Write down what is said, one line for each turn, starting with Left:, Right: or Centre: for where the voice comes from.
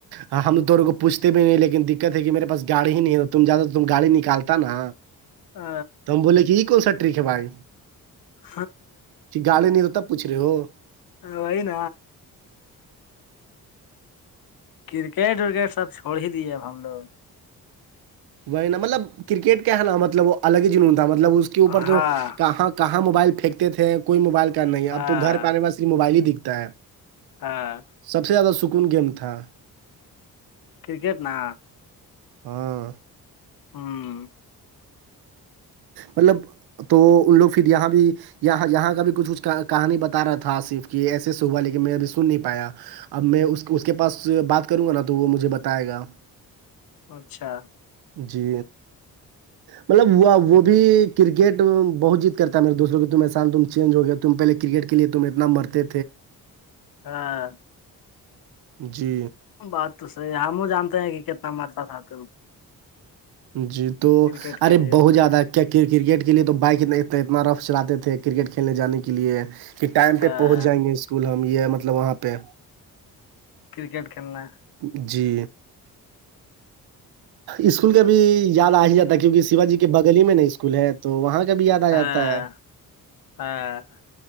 Right: ہاں ہم توونوں کو پوچھتے بھی نہیں لیکن دقت ہے کہ میرے پس گاڑی ہی نہیں ہے تم جیادہ تو ت گاڑی نکالتا نا
Left: ہ
Right: تو ہم بولے کہ یہ کون سا ٹرک ہے بھائی
Left: ہاں،
Right: کہ گاڑی نہیں تو تب پوچھ رہے ہو
Left: وہئین کرکٹ ورکٹ سب چھوڑ ہی دیے اب ہم لوگ
Right: وہ نا مطلب کرکٹ کیا ہے نا مطلب وہ الگ ہی جنون تھا مطلب اس کے اوپر
Left: ہاں
Right: تو کہاں کہاں موبائل پھینتےے کوئی موبائل کا نہیں
Left: ہاں
Right: ا تو گھر پہ آنے وال صر موبائل ہی دکھتا ہے
Left: ہاں
Right: سب سے زیادہ سکون گیم تھا
Left: کرکٹ نا
Right: ہاں
Left: ہاں
Right: مطلب تو ان لوگ پھر یہاں بھی یہ یہاں کا بھی کچھ کچھ کہانی بتا رہا تھا آصف کی ایسے سے ہوا لیکن میں ابھی سن نہیں پایا اب میں اس اس کے پاس بات کروں گا نا تو وہ مجھے بتائے گا
Left: اچھا
Right: جی مطلب وہ وہ بھی کرکٹ بہت جیت کرتا ہےیرے دوستوں کی تم احساان تم چینج ہو گیا تم پہلے کرکٹ کے لیے تم اتنا مر تھے
Left: ہاں
Right: جی
Left: بات تو صحی ہے ہم جانتے ہیں کہ کتنا مرئلہ تھا تو
Right: جی تو
Left: کرکٹ
Right: ارے
Left: کے لیے
Right: بہت زیادہ کیا کر کرکٹ کے لیے تو بائک اتنے اتنا اتنا رف چلاتے تھے کرکٹ کھیلنے جانے کے لیے کہ ٹائم پہ
Left: ہاں
Right: پہنچ جائیں گے اسکول ہم یہ مطلب وہاں پہ
Left: کرکٹ کھیلنا ہے
Right: ہ جی اسکول کا بھی یاد آ ہی جاتا ہے کیونکہ شیواجی کے بگل ہی میں نہیں اسکول ہے تو وہاں کبھی یاد آ جاتا
Left: ہاں
Right: ہے
Left: ہاں